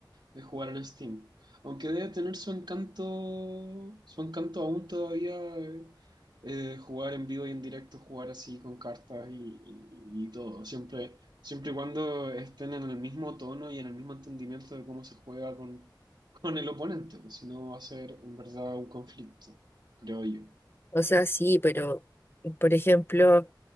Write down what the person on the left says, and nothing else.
O sea, sí, pero por ejemplo,